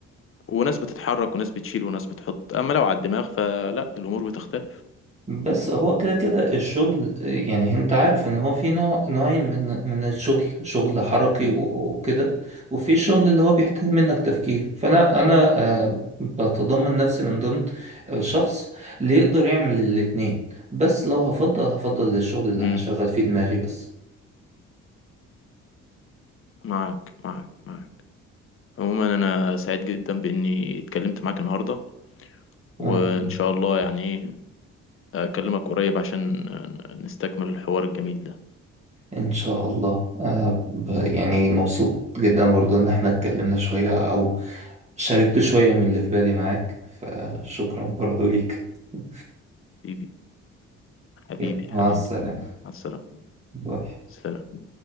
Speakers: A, on the left; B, on the right.
A: وناس بتتحرك وناس بتشيل وناس بتحط اما لو على الدماغ فلا الامور بتختلف
B: بس هو كده كده الشغل آه، يعني انت عارف ان هو في نوع نوعين من من الشغل شغل حركي
A: مم.
B: و- وكده وفي الشغل اللي هو بيحتاج منك تفكير فانا انا آه، بتضمن نفسي من ضمن الشخص اللي يقدر يعمل الاتنين بس لو هفضل هفضل للشغل اللي
A: امم
B: هشغل فيه دماغي بس
A: معاك معاك معاك عموما انا سعيد جدا باني اتكلمت معاك النهارده وان
B: انا
A: شاء الله يعني ايه اكلمك قريب عشان نستكمل الحوار الجميل ده
B: ان شاء الله آه ب- يعني مبسوط جدا برضو ان احنا اتكلمنا شوية او شاركت شوية من اللي في بالي معاك فشكرا برضو ليك <laughs>
A: حبيبي حبيبي
B: يلا مع
A: حبيبي
B: السلامة
A: مع السلامه
B: باي
A: سلام